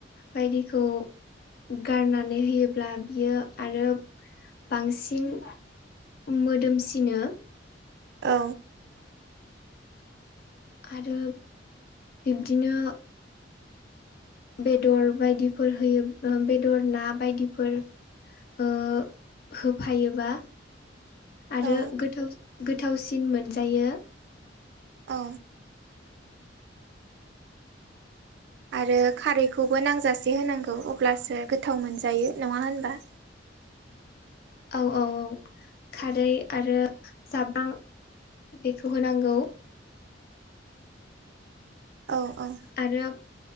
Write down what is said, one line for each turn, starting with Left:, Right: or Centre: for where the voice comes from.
Left: बायदिखौ गारनानै होयोब्ला बियो आरो बांसिन मोदोमसिनो
Right: औ
Left: आरो बिब्दिनो बेदर बायदिफोर होयोब्ला बेदर ना बायदिफोर ओ होफायोबा आरो
Right: औ
Left: गोथाव गोथावसिन मोनजायो।
Right: औ आरो खारैखौबो नांजासे होनांगौ अब्लासो गो गोथाव मोनजायो नङा होनबा?
Left: औ औ औ खारै आरो जाब्रां बेखौ होनांगौ
Right: औ औ
Left: आरो